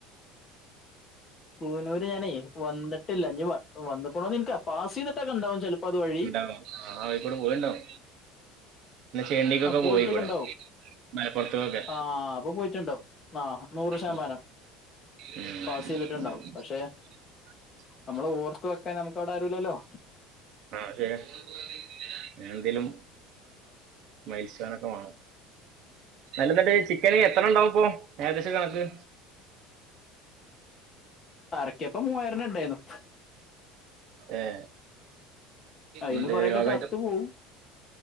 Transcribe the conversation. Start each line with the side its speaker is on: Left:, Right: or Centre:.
Left: കൂവനൂര് ഞാനേ വന്നിട്ടില്ല ഇനി വന്നൊണ്ടന്ന് നിനാ പാസ് ചെയ്തിട്ടൊക്കെ ഉണ്ടാവും ചിലപ്പോ അത് വഴി
Right: ഉണ്ടാവോ ആഹ് ആയിക്കൂടെ പോയിണ്ടാവോ പിന്ന ചേണ്ടീക്കൊക്കെ
Left: ആ പോയിട്ടൊക്കെ
Right: പോയിക്കൂടെ
Left: ഉണ്ടാവും
Right: മലപ്പുറത്തൊക്കെ
Left: ആഹ് അപ്പൊ പോയിട്ടുണ്ടോ ആഹ് നൂറ് ശതമാനം
Right: ഉം. <inaudible>
Left: പാസ് ചെയ്തിട്ടുണ്ടാവും പക്ഷെ നമ്മള് ഓർത്ത് വെക്കാൻ നമ്മൾക്ക് അവിടെ ആരുല്ലല്ലോ
Right: ആഹ് ശേരിയനെഎന്തേലും മൈൽസഖാനൊക്കെമാണോ അല്ലനിണ്ടെ ചിക്കന് എത്ര ഉണ്ടാവും ഇപ്പോ ഏകദേശ കണക്ക്
Left: അറക്കിയപോ മൂവായിരന ഉണ്ടായിരുന്നു
Right: ഏഹ്
Left: അയിന്ന്
Right: എന്തരോഗയി
Left: കൊറെയൊക്കെ ചത്തു പോവും